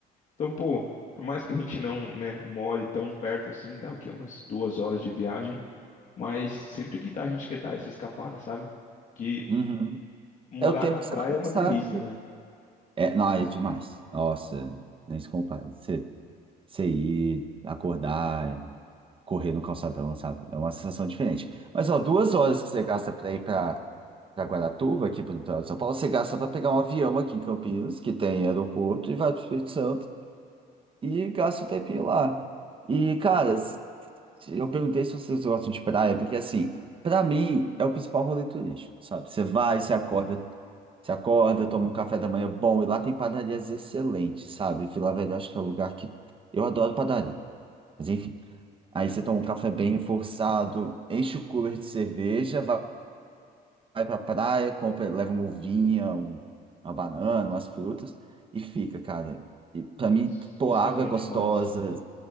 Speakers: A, on the left; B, on the right.
A: Então, pô, por mais que a gente não, né, more tão perto assim, dá o quê? Umas duas horas de viagem, mas sempre que dá, a gente quer dar essa escapada, sabe? Que
B: Uhum.
A: morar
B: É o tempo
A: na praia
B: que você vai
A: é uma
B: gastar.
A: delícia, né?
B: É, não, é demais. Nossa, nem se compara. Você, você ir, acordar, correr no calçadão, sabe? É uma sensação diferente. Mas, ó, duas horas que você gasta pra ir pra, pra Guaratuba, aqui pro litoral de São Paulo, você gasta pra pegar um avião aqui em Campinas, que tem aeroporto, e vai pro Espírito Santo, e gasta um tempinho lá. E, cara, s- eu perguntei se vocês gostam de praia, porque, assim, pra mim, é o principal rolê turístico, sabe? Você vai, você acorda você acorda, toma um café da manhã bom, e lá tem padarias excelentes, sabe? Vila Velha, eu acho que é o lugar que. Eu adoro padaria. Mas enfim. Aí você toma um café bem reforçado, enche o cooler de cerveja, vai, vai pra praia, compra, leva uma uvinha, um- uma banana, umas frutas, e fica, cara. E pra
A: Putz,
B: mim, pô,
A: isso
B: a água
A: é bom
B: é gostosa.
A: demais.